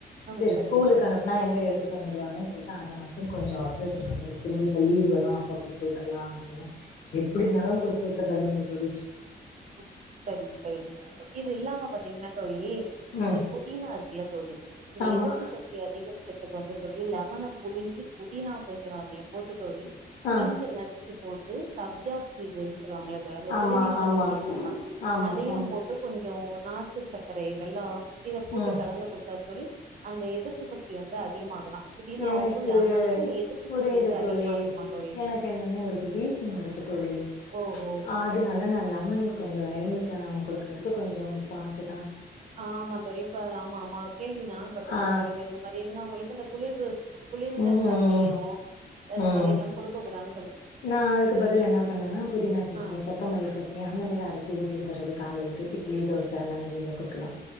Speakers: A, on the right (about 45°); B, on the left (about 50°).
A: ஆ
B: செரி
A: சரிங்க
B: ஸ்கூலுக்
A: தோழி
B: அனுப்புனா எங்க எடுத்து ட்டு வந்துருவாரோன் சொல்ட்டு அதமட்டு கொஞ்சொ வச்சு வச்சுருக்கோ தோழி திரும்பி இப்ப லீவ் வரு அப்ப குடுத்து வுட்ரலா அப்டின்னு எப்புடின்னாலு குடுத்து வுட்டுர்றது வந்து தோழி
A: ம் சரிங்க தோழி சரிங்க தோழி இது இல்லாம பாத்தீங்னா தோழி
B: ம்
A: இந்த புதினா இருக்குல தோழி இந்த
B: ஆமாம்
A: எதிர்ப்பு சக்தி அதிகரிக்க ற்துக்கு வந்து தோழி லெமன புழிஞ்சு புதினா கொஞ்சொ அதுல போட்டு தோழி
B: ஆ
A: இஞ்ச நசு க்கி போட்டு சப்ஜா சீடு சொல்வாங்கல அதுல அந்த
B: ஆமாம்
A: திருநீற்று
B: ஆமாம்
A: பச்சலேந்துப்பா
B: ஆமாம்
A: அதையு
B: ஆமாம்
A: போட்டு கொஞ் சோ நாட்டு சக்கரை வெல்லோ இத போட்டு
B: ம்
A: கலந்து குடுத்தா தோழி அந்த எதிர்ப்பு சக்தி வந்து அதிகமாகுதா புதினாவுக்கு
B: எனக்கு
A: லெமனுக்கு எதிர்ப்பு
B: புரியிது
A: சக்தி வந்து அதிகமா
B: தோழி
A: இருக்குமா தோழி
B: எனக்கு என்னன்னா இவருக்கு வீசிங் இருக்கு தோழி
A: ஓஹோ
B: அதுனால நா லெமன் கொஞ்சொ எலுமிச்ச குடுக்றதுக்கு கொஞ்சம் பாத்து
A: ஆமா தோழி இப்ப ஆமாமா கேள்வி நானு பட்ருக்கே
B: ஆ
A: தோழி இந்த மாரி இருந்தவுங்களுக்கு இந்த குளிருஸ் குளிர்ந்த
B: ம்
A: தண்ணியு அ இந்த
B: ம்
A: மாரியெல்லா குடுக்க கூடாது
B: நா அதுக்கு பதில் என்ன பண்ணுவே புதினா சட்னி
A: ஆ
B: கொத்தமல்லி சட்னி அந்த மாரி அரச்சு ஊட்டிவிட்டுர்றது காலைலக்கு இட்லி தோச அந்த மாரி உள்ளத்துக்கலா